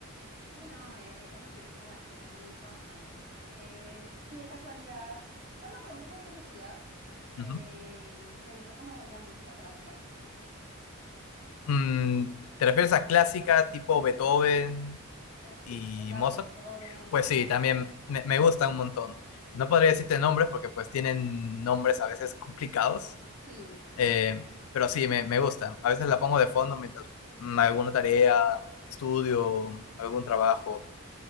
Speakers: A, on the right; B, on the left.
A: Sí, no, e- esa canción es muy buena, a mí también me gusta bastante. Eh, y de casualidad, solo lo pregunto por curiosidad, em,
B: Ujú.
A: ¿te gusta como la música clásica?
B: Mm, ¿te refieres a clásica tipo Beethoven
A: Eh, sí,
B: y
A: exacto,
B: Mozart?
A: Beethoven,
B: Pues sí,
A: Mozart.
B: también me, me gusta un montón. No podría decirte
A: Uh,
B: nombres porque pues tienen nombres a veces complicados,
A: sí,
B: eh, pero sí, me, me gusta. A veces la pongo de fondo mientras mm, alguna tarea, estudio, algún trabajo.